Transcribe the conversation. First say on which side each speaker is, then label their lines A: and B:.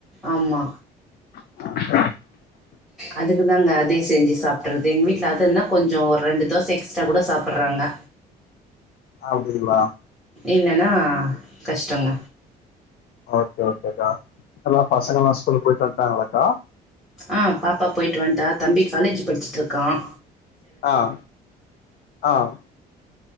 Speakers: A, in the centre; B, on the left.
A: ஆமா
B: <unintelligible>
A: அதுக்கு தாங்க அதே செஞ்சு சாப்பிடறது எங்க வீட்ல அது என்னா கொஞ்சம் ஒரு ரெண்டு தோசை எக்ஸ்ட்ரா கூட சாப்பிடறாங்க
B: ஆ <unintelligible>
A: இல்லைன்னா கஷ்டங்க
B: ஓகே ஓகே அக்கா எல்லா பசங்க எல்லா ஸ்கூல்லு போயிட்டு வந்துடாங்களக்கா
A: ஆஹ் பாப்பா போயிட்டு வன்டா தம்பி காலேஜ் படிச்சிட்டு இருக்கான்
B: ஆஹ் ஆஹ்